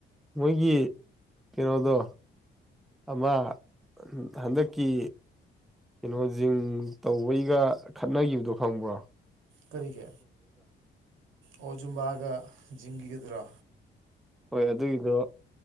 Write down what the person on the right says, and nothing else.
ꯀꯔꯤꯒꯤ ꯑꯣꯖꯨꯝꯕꯥꯒ ꯤꯡꯈꯤꯒꯗ꯭ꯔꯣ